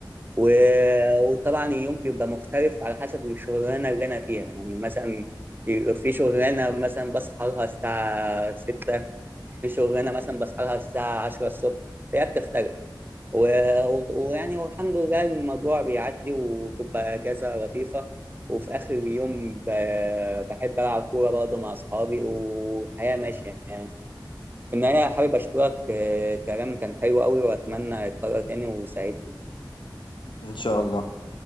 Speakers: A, on the right (about 25°); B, on the left (about 85°).
A: و- وطبعا اليوم بيبقى مختلف على حسب الشغلانه اللي انا فيها يعني مثلا في شغلانه مثلا بصحى لها الساعه 6 في شغلانه مثلا بصحى لها الساعه 10 الصبح هي بتختلف و- و- ويعني والحمد لله الموضوع بيعدي وتبقى اجازه لطيفه وفي اخر اليوم ب- بحب العب كوره برضه مع اصحابي والحياه ماشيه يعني في النهايه حابب اشكرك آه، كلام كان حلو قوي واتمنى يتكرر تاني وسعيد
B: ان شاء الله